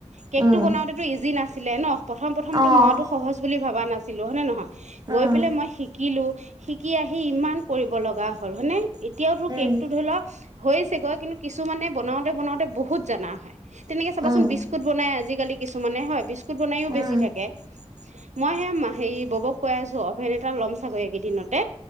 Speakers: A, on the right (about 80°); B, on the right (about 35°).
A: কেক
B: উম,
A: টো বনাওতেতটো ইজি নাছিল আছিলে ন প্ৰথম প্ৰথমতটো
B: অ',
A: মইতো সহজ বুলি ভাবা না আছিলো হয় নে নহয় গৈ
B: উম,
A: পেলাই মই শিকিলোঁ শিকি আহি ইমান কৰিব লগা হ'ল হনে এতিয়াও তোৰ
B: উম,
A: কেক টো ধৰিলোৱা হৈছেগৈ কিন্তু কিছুমানে বনাওঁতে বনাওতে বহুত জাননা হয় তেনেকে চাবাচোন
B: উম,
A: বিস্কুট বনাই আজিকালি কিছুমানে হয় বিস বনাইও
B: উম,
A: বেছি থাকে মই সে মা সেই ববক অভেন এটা ল'ম চাগৈ এই কেইদিনতে।